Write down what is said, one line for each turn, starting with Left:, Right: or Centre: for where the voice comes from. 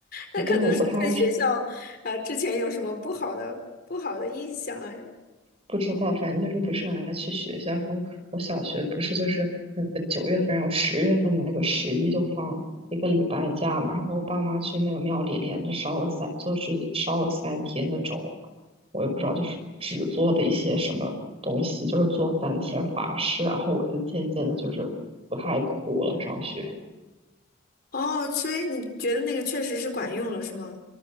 Left: 那可能是对学校，
Right: 对，我不太爱，
Left: 呃，之前有什么不好的不好的印象啊？
Right: 不知道，反正就是不是很爱去学校。然后我小学不是就是那个九月份，然后十月份那个十一就放一个礼拜假嘛。然后我爸妈去那个庙里连着烧了三，就是烧了三天那种，我也不知道，就是纸做的一些什么东西，就是做三天法事。然后我就渐渐的就是不太哭了。上学，
Left: 哦，所以你觉得那个确实是管用了，是吗？